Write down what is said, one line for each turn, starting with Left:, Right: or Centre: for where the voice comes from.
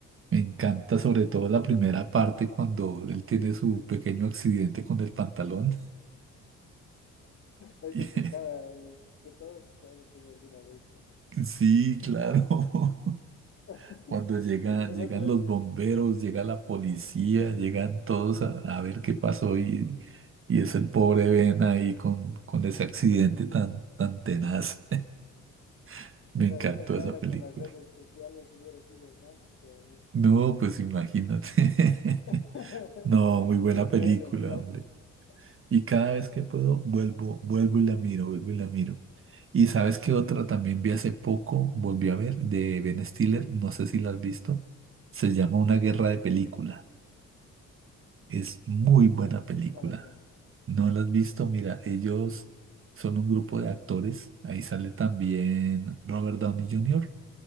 Right: Me encanta sobre todo la primera parte cuando él tiene su pequeño accidente con el pantalón.
Left: Es
Right: <laughs>
Left: de que cada, que todos hemos tenido alguna vez, ¿no?
Right: Sí, claro. <laughs>
Left: <laughs>
Right: Cuando llegan,
Left: El
Right: llegan
Left: otro
Right: los
Left: día,
Right: bomberos, llega la policía, llegan todos a, a ver qué pasó y, y es el pobre Ben ahí con, con ese accidente tan, tan tenaz. <laughs> Me
Left: imagínate
Right: encantó esa
Left: ahora
Right: película.
Left: con las redes sociales hubiera sido más todavía.
Right: No, pues imagínate. <laughs>
Left: <laughs>
Right: No, muy buena
Left: Un
Right: película,
Left: meme clásico.
Right: hombre. Y cada
Left: sí.
Right: vez que puedo, vuelvo, vuelvo y la miro, vuelvo y la miro. Y sabes qué otra
Left: Es-
Right: también vi hace poco, volví a ver, de Ben Stiller, no sé si la has visto. Se llama Una guerra de película. Es muy
Left: Esa
Right: buena
Left: no,
Right: película.
Left: no la tengo.
Right: ¿No la has visto? Mira, ellos son un grupo de actores. Ahí sale también Robert Downey Jr.